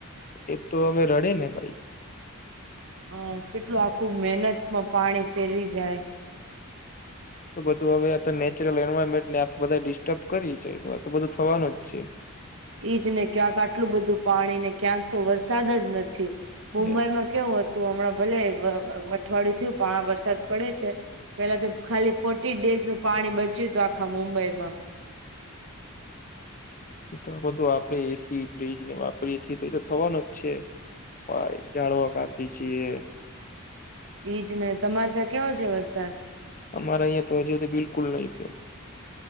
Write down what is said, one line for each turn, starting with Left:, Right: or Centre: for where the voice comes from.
Left: એતો હવે રડે ને ભાઈ.
Right: હહ કેટલું આખું મહેનતમાં પાણી ફેરવી જાય.
Left: તો બધું હવે આત નેચરલ એન્વાયરમેન્ટને આપે બધાએ ડિસ્ટર્બ કરી છે તો આતો બધું થવાનું જ છે.
Right: ઈજ ને ક્યાંક આટલું બધું પાણી ને ક્યાંક તો વરસાદ જ નથી મુંબઈમાં
Left: યસ
Right: કેવું હત તું હમણાં ભલે અઠવાડિયું થયું પણ વરસાદ પડે છે પેલા તો ખાલી ફ ટી ડેઝનું પાણી બચ્યું તું આખા મુંબઈમાં.
Left: ઈ તો આ બધું આપડે એસી, ફ્રીજને વાપરીએે છીએ તો એતો થવાનું જ છે. ભાઈ ઝાળવા કાપી છીએ.
Right: ઈજને તમારે ત્યાં કેવો છે વરસાદ?
Left: અમારે અહીંયા તો હજુ હુધી બિલકુલ નહી થયો.